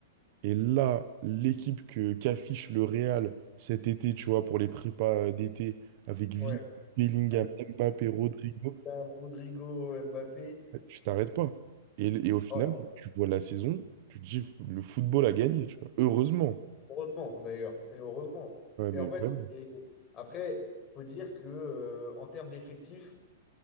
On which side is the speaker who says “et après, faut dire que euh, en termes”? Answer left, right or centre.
Left